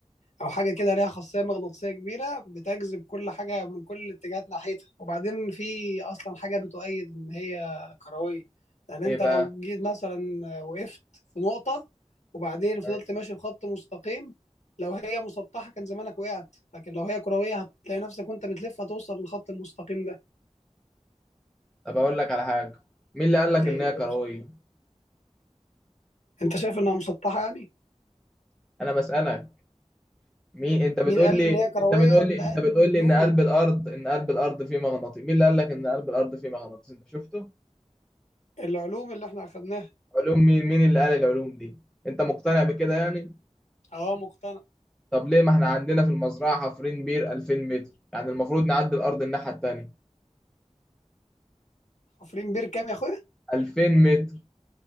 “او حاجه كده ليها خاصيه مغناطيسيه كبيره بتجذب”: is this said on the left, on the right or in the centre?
Left